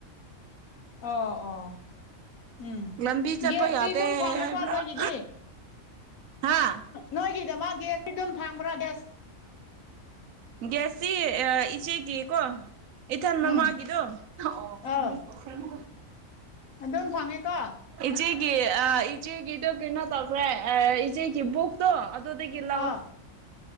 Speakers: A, on the left; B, on the right.
A: ꯑꯥ ꯑꯣ ꯎꯝ
B: ꯂꯝꯕꯤ ꯆꯠꯄ
A: ꯒꯦꯁꯇꯤ
B: ꯌꯥꯗꯦ
A: ꯑꯗꯨꯝ ꯐꯪꯉꯦꯀꯣ
B: ꯍꯥꯏꯕ꯭ꯔꯥ
A: ꯅꯣꯏꯒꯤꯗꯤ
B: ꯍꯥ
A: ꯅꯣꯏꯒꯤꯗꯃꯛ ꯒꯦꯁꯇꯤ ꯑꯗꯨꯝ ꯐꯪꯕ꯭ꯔꯥ ꯒꯦꯁ
B: ꯒꯦꯁꯇꯤ ꯑꯥ ꯏꯆꯦꯒꯤ ꯀꯣ ꯏꯊꯟ
A: ꯎꯝ
B: ꯃꯃꯥꯒꯤꯗꯣ <unintelligible>
A: ꯑꯥ ꯑꯗꯨꯝ ꯐꯪꯉꯦꯀꯣ
B: ꯏꯆꯦꯒꯤ ꯑꯥ ꯏꯆꯦꯒꯤꯗꯨ ꯀꯩꯅꯣ ꯇꯧꯈ꯭ꯔꯦ ꯑꯥ ꯏꯆꯦꯒꯤ ꯕꯨꯛ ꯇꯣ ꯑꯗꯨꯗꯒꯤ ꯂꯧꯋꯦ
A: ꯑꯥ